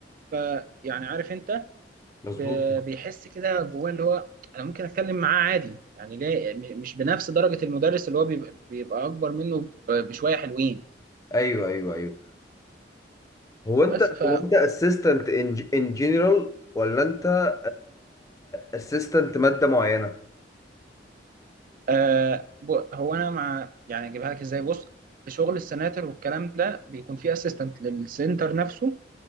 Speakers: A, on the right; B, on the left.
A: فيعني عارف انت
B: مظبوط
A: ب- بيحس كده جواه اللي هو انا ممكن اتكلم معاه عادي يعني ليه م- مش بنفس درجة المدرس اللي هو بيبقى, بيبقى اكبر منه ب- بشوية حلوين
B: ايوه ايوه ايوه هو انت
A: بس ف
B: هو انت اسيستنت ان جنرال ولا انت اسيستنت ماده معينه
A: آه ب- هو انا مع يعني اجيبها لك ازاي بص في شغل السناتر والكلام ده بيكون في اسيستنت للسنتر نفسه